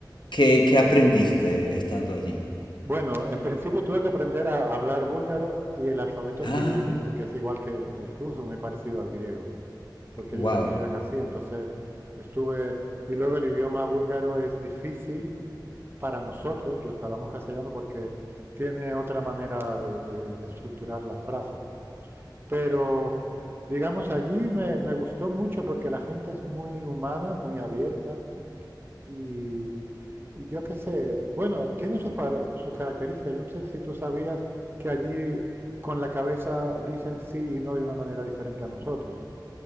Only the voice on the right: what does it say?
Bueno, en principio tuve que aprender a hablar búlgaro y el alfabeto
cirílico, que es igual que el, el ruso, muy parecido al griego, porque
ellos escriben así. Entonces estuve, y luego el idioma búlgaro es difícil para nosotros, los que hablamos castellano, porque tiene otra manera de, de- de estructurar las frases. Pero, digamos, allí me, me gustó mucho porque la gente es muy humana, muy abierta y, y yo qué sé, bueno, tiene sus, par- sus características. Yo no sé si tú sabías que allí con la cabeza dicen sí y no de una manera diferente a nosotros.